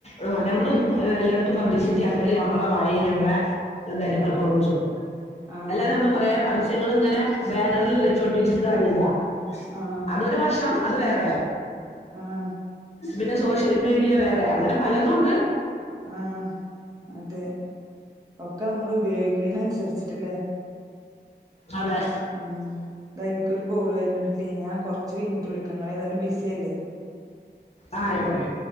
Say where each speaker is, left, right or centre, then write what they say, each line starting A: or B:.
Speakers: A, on the left (about 35°); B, on the right (about 20°).
A: ആ നമ്മള് എല്ലായിടത്തും പബ്ലിസിറ്റി ആക്കല് ഞമ്മളെ വായി നമ്മളെ അതന്നെ
B: ആ
A: പെർഫോമൻസും
B: ആ
A: അല്ലാതെ നമ്മള് കൊറ പരസ്യങ്ങൾ ഇങ്ങനെ. ബാനറിൽ വെച്ചൊട്ടിച്ചിട്ട് കാര്യല്ല്യ
B: ആഹ്
A: അതൊരു വർഷം അത് വേറെ
B: ആഹ്
A: പിന്നെ സോഷ്യൽ മീഡിയ വേറെ അങ്ങനെ പലതുണ്ട്
B: ആഹ് അതെ ഒക്കെ നമ്മൾ ഉപയോഗിക്കണന് അനുസരിച്ചിട്ടെല്ലേ.
A: അതെ
B: ഉം ഇത എനിക്കൊരു കോള് വരണണ്ടിട്ടിലി ഞാൻകുറച്ച് കഴഞ്ഞിട്ട് വിളിക്കങ്ങളെതാലും ബിസിയല്ലേ
A: ആഹ് ആയിക്കോട്ടെ